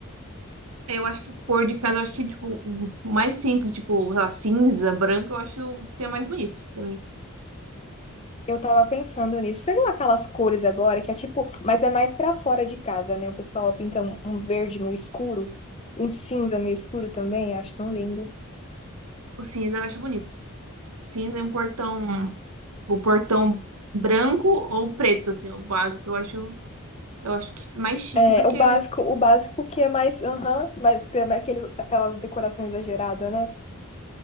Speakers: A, on the right (about 80°); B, on the left (about 25°).
A: Eu acho que cor de casa, eu acho que tipo o o mais simples, tipo, sei lá, cinza, branco, eu acho que é mais bonito pra mim.
B: Eu tava pensando nisso. Você viu aquelas cores agora que é tipo, mas é mais pra fora de casa, né? O pessoal pinta um um verde meio escuro, um cinza meio escuro também, acho tão lindo.
A: O cinza eu acho bonito. Cinza e um portão, o portão branco ou preto, assim, o básico. Eu acho, eu acho que mais chique
B: É,
A: do que.
B: o básico, o básico que é mais, aham, mas que é mais aquele, aquelas decorações exageradas, né?